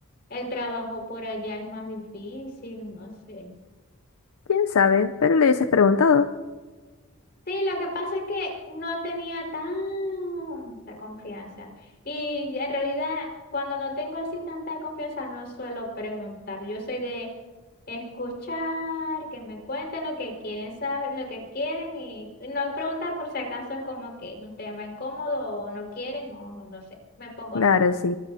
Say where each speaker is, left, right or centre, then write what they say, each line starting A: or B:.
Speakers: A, on the left; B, on the left.
A: el trabajo por allá es más difícil, no sé.
B: ¿Quién sabe? Pero le hubieses preguntado.
A: Sí, lo que pasa es que no tenía tanta confianza. Y en realidad, cuando no tengo así tanta confianza, no suelo preguntar. Yo soy de escuchar, que me cuenten lo que quieren saber, lo que quieren y no preguntar por si acaso es como que un tema incómodo o no quieren o no no sé. Me pongo así.
B: Claro, sí.